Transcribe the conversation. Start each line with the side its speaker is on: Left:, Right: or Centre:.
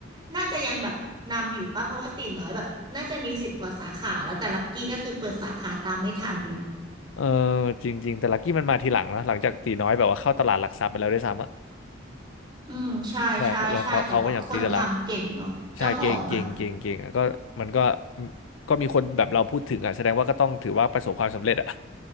Right: น่าจะยังแบบนำอยู่ป่ะเพราะว่าตีน้อยแบบน่าจะมีสิบกว่าสาขาแล้วแต่ลัคกี้ก็คือเปิดสาขาตามไม่ทันเลย
Left: เออจริงๆแต่ลักกี้มันมาทีหลังนะหลังจากตีน้อยแบบว่าเข้าตลาดหลักทรัพย์ไปแล้วด้วยซ้ำอะ
Right: อืมใช่ใช่ใช่แต่ว่าคนทำเก่งเนาะเจ้าของอ่ะ
Left: ใช่แล้วเขาเขาก็พยายามตีตลาดใช่เก่งเก่งเก่งเก่งอ่ะก็มันก็ก็มีคนแบบเราพูดถึงอ่ะแสดงว่าก็ต้องถือว่าประสบความสำเร็จอ่ะ